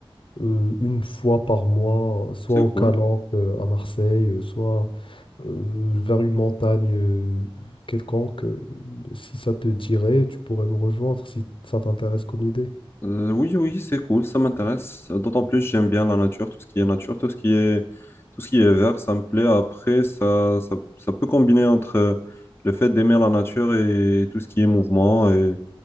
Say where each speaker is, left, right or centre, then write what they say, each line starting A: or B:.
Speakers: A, on the left (about 60°); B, on the left (about 25°).
A: euh, une fois par mois, soit
B: C'est
A: au Calanque,
B: cool.
A: euh, à Marseille, euh, soit euh, vers une montagne euh, quelconque. Euh, Si ça te dirait, tu pourrais nous rejoindre si ça t'intéresse comme idée.
B: Euh, oui, oui, c'est cool, ça m'intéresse. D'autant plus, j'aime bien la nature, tout ce qui est nature, tout ce qui est, tout ce qui est vert, ça me plaît. Après, ça, ça, ça peut combiner entre euh, le fait d'aimer la nature et tout ce qui est mouvement. Et,